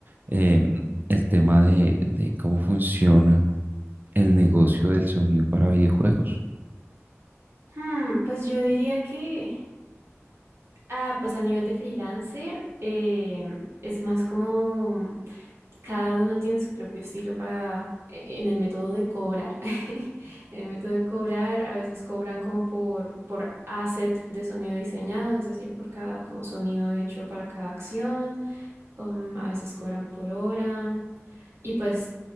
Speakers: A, on the right; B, on the right.
A: em, el tema de, de cómo funciona el negocio del sonido para videojuegos.
B: Hmm, pues yo diría que... Ah, pues a nivel de freelancer, em, es más como cada uno tiene su propio estilo para e- en el método de cobrar. <laughs> En el método de cobrar, a veces cobran como por, por asset de sonido diseñado, es decir, por cada como sonido hecho para cada acción. Um, a veces cobran por hora. Y pues